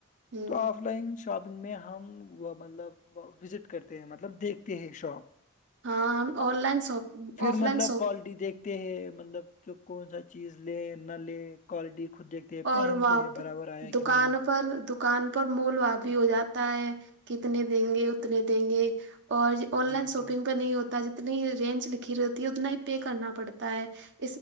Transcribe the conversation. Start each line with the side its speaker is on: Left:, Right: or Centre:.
Right: ہوں
Left: تو آف لائن شاپنگ میں ہم مطلب وزٹ کرتے ہیں مطلب دیکھتے ہیں شاپ
Right: ہاں آن لائن شاپ
Left: پھر
Right: آف
Left: مطلب
Right: لائن شاپ
Left: کوالٹی دیکھتے مطلب کہ کون سا چیز لے نہ لے کوالٹی خود دیکھ
Right: اور
Left: پہنتے
Right: وہاں
Left: ہیں برابر
Right: پہ
Left: آیا
Right: دکان
Left: کہ نہیں
Right: پر دکان پر مول واابی ہو جاتا ہے کتنے دیں گے اتنے دیں گے اور آن لائن
Left: جی
Right: شاپنگ
Left: جی
Right: پہ نہیں ہوتا جتنی رینج لکھی رہتی ہے اتنا ہی پے کرنا پڑتا ہے <unintelligible>